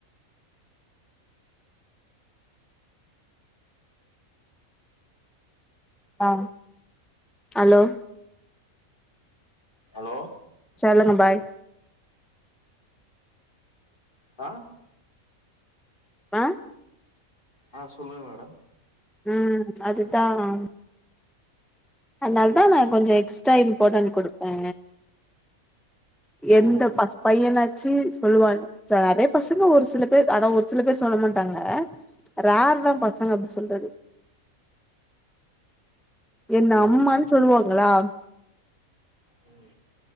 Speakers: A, in the centre; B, on the left.
A: ஆ அலோ
B: ஹலோ
A: சொல்லுங்க பாய்
B: ஆ
A: ஆ
B: ஆ சொல்லுங்க மேடம்
A: அ அதுதான் அதனால தான் நான் கொஞ்சம் எக்ஸ்ட்ரா இம்பார்ட்டன் கொடுப்பே எந்த
B: ஓ
A: பஸ் பையனாச்சு சொல்லுவாங்க நெறைய பசங்க ஒரு சில பேர் அதான் ஒரு சில பேர் சொல்ல மாட்டாங்க ரார் தா பசங்க அப்டி சொல்றது என்ன
B: ஓ
A: அம்மான்னு சொல்லுவாங்களா
B: ம்